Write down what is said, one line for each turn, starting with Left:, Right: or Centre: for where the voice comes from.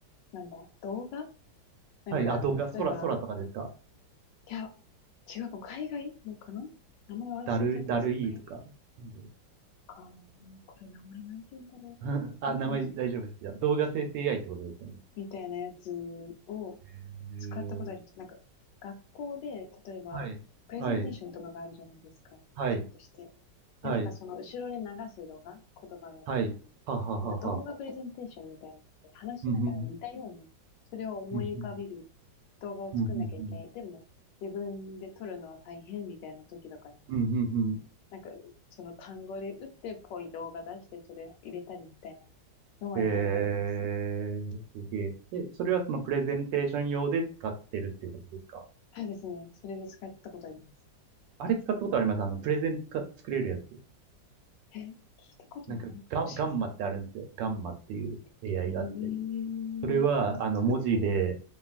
Left: なんだ、動画なんか、
Right: はい。あ、動画、空、
Left: 例えば、
Right: 空とかですか
Left: いや、違うかも、海外のかな名前忘れちゃったんですけど、
Right: だる、だるいとか。
Left: 海外。
Right: うん
Left: か、これ名前なんて言うんだろう。
Right: <laughs> あ、
Left: 最近ですけど。
Right: 名前大丈夫です。じゃあ、動画生成 AI ってことですよね。
Left: みたいなやつを
Right: へー
Left: 使ったことあります。なんか、学校で、例えば、
Right: はい。
Left: プレゼンテーションとかがあるじゃないですか。
Right: はい。はい。
Left: やるとして。
Right: はい。
Left: で、なんかその後ろで流す動画、言葉の、
Right: はい。はははは。
Left: なんか動画プレゼンテーションみたいなのって話しながら似たような、
Right: うんうん
Left: それを思い浮かべる
Right: うん。うん
Left: 動画を作んなきゃいけない。
Right: うんうんうん
Left: でも、自分で撮るのは大変みたいな時とかに
Right: うん、うん、う
Left: なんか、その単語で打ってぽい動画出して、それ入れたりみたいなのはやったことあります。
Right: ん。えー、すげえ。え、それはそのプレゼンテーション用で使ってるっていうことですか
Left: はいですね。それで使ったことあります。
Right: あれ使ったことありますあの、プレゼンか作れるやつ。
Left: え、聞いたこともないかもしれな
Right: なんかガ、ガンマってあるんですよ。ガンマっていう AI
Left: い。
Right: があって。それは、
Left: えー、
Right: あの、
Left: 作ってくれる
Right: 文字で、